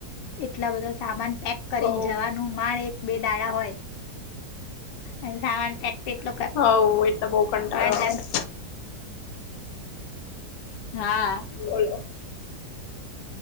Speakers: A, on the left (about 80°); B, on the left (about 65°).
A: એટલા બધા સામાન પેક કરીને
B: હો
A: નુ માળ એક બે દાડા હોય અને સામાન તો એટલો
B: હોવ એ બહુ કંટાળો
A: કરવાનો
B: આવે.
A: જાણ.
B: <unintelligible>
A: હા.
B: બોલો